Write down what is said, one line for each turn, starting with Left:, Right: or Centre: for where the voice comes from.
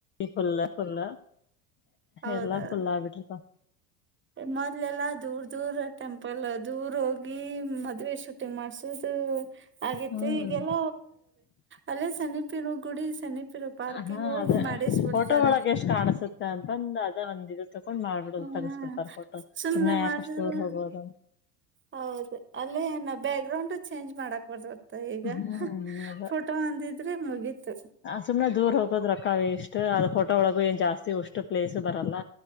Left: ಫುಲ್ ಫುಲ್
Right: ಹೌದೌದು
Left: ಎಲ್ಲಾ ಫುಲ್ ಆಗ್ಬಿಟ್ರತ
Right: ಮೊದ್ಲೆಲ್ಲಾ ದೂರ್ ದೂರ ಟೆಂಪಲ್ ದೂರ ಹೋಗಿ ಮದ್ವೆ ಶೂಟಿಂಗ್ ಮಾಡ್ಸುದು ಆೇತ್ತು
Left: ಹ್ಮ್
Right: ಈಗೆಲ್ಲ ಅಲ್ಲೇ ಸನಿಪಿರು ಗುಡಿ ಸನ್ನಿಪಿರು ಪಾರ್ಕಿಗೆ
Left: ಹಾ
Right: ಹೋಗಿ
Left: ಅದ
Right: ಮಾಡಿಸ್ ಬಿಡ್ತಾರ
Left: ಫೋಟೋ ಒಳಗೆ ಎಷ್ಟ್ ಕಾಣಸುತ್ತೆ ಅಂತಂದು ಅದ ಒಂದ ಇದು ತಕೊಂಡ್ ಮಾಡ್ಬಿಡ
Right: ಹ್ಮ್
Left: ತಗಸ್್ಬಿಡ್ತಾರೆ ೋಟ
Right: ಸುಮ್ನೆ
Left: ಸುಮನೆ ಯಾಕಷ್ಟ
Right: ಮಾಡ್ಸಿದ್ರ
Left: ತೋರ್ ಹೋಗೋದು
Right: ಹೌದು ಅಲ್ಲೇ ಏನ ಬ್ಯಾಕ್ ಗ್ರೌಂಡ್ ಚೇಂಜ್ ಮಾಡಕ್ ಬರ್ ಬರ್ತ ಈಗ
Left: ಹ್ಮ್ ಅದ
Right: ಫೋಟೋ ಅಂದಿದ್ರೆ ಮುಗೀತು
Left: ಸುಮ್ನೆ ದೂರ್ ಹೋಗೋದ್ ರೊಕ್ಕ ಇಷ್ಟು ಅದ ಫೋಟೋ ಒಳಗೂ ಏನ್ ಜಾಸ್ತಿ ಉಷ್ಟು ಪ್ಲೇಸ್ು ಬರಲ್ಲ